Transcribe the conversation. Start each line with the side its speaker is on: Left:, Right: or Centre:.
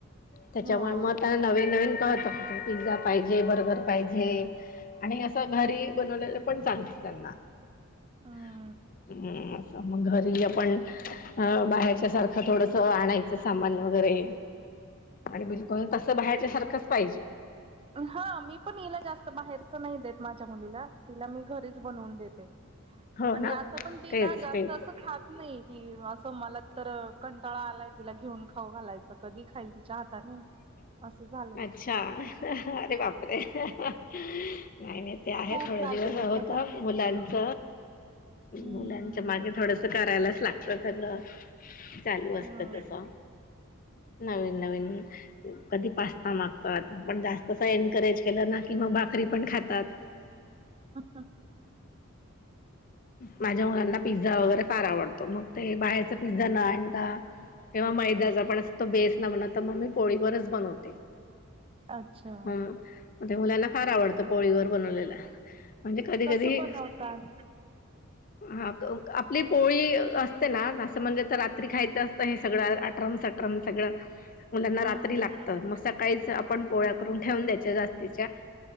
Left: त्याच्यामुळे
Right: हो
Left: म त्याना नवीन नवीन कळत असते. पिझ्झा पाहिजे बर्गर पाहिजे आणि असं घरी बनवलेलं पण चालतं त्यांना.
Right: ह
Left: <unintelligible> ् मग घरी आपण अ बाहेरच्या सारखं थोडस आणायचं सामान वगैरे आणि बिलकुल तस बाहेरच्या सारखंच पाहिजे.
Right: हा मी पण हिला जास्त बाहेरच नाही देत माझ्या मुलीला. तिला मी घरीच बनवून देते
Left: हो
Right: आणि
Left: ना
Right: असं पण तिला
Left: तेच
Right: जास्त
Left: तेच
Right: असं खात नाही त असं मला तर कंटाळा आलाय तिला घेऊन खाऊ घालायचं कधी खाईल तिच्या हाताने
Left: ह
Right: असं झालं
Left: अच्छा अरे बापरे अरे नाही नाही ते आहे
Right: खूप
Left: थोडे
Right: त्रास
Left: दिवस
Right: देते
Left: होत.
Right: खायला.
Left: मुलांच
Right: हम्म
Left: मुलांच मागे थोडंसं करायलाच लागतं सगळं चालू असतं
Right: हो
Left: तसं नवीन नवीन कधी पा गतो पण जास्त अस एंड करायचं. केलं ना कि मग भाकरी पण खातात.
Right: ह
Left: माझ्या मुलांना पिझ्झा वगैरे फार आवडतो मग ते बाहेरचा पिझ्झा न आणि किंवा मैदाचा पण असं तो बेस न बनवत तर मग मी पोळीवरच बनवते.
Right: अच्छा.
Left: ह ते मुलांना फार आवडतं पोळीवर बनवलेला. म्हणजे कधी
Right: कसं
Left: कधी
Right: बनवतात?
Left: हा आपली पोळी असते ना असं म्हणजे तर आ खायचं असत हे सगळं आठरम सटरम सगळं मुलांना
Right: हम्म
Left: रात्री लागतं. आपन पोळ्या करुन ठेवून द्यायच्या जास्तीच्या